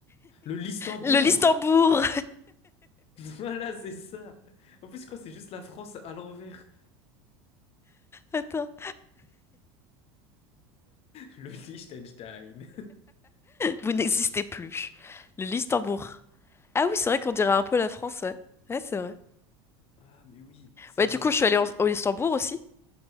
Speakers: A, on the left; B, on the left.
A: Le Listembourg!
B: Le Listembourg!
A: <laughs> Voilà, c'est ça! En plus, je crois que c'est juste la France à l'envers.
B: <laughs> Attends,
A: <laughs> Le Liechtenstein.
B: vous n'existez plus. Le Listembourg. Ah oui, c'est vrai qu'on dirait un peu la France, ouais. Ouais, c'est vrai.
A: Ah, mais oui, c'est
B: Ouais,
A: vrai.
B: du coup, je suis allée en- au Listembourg aussi.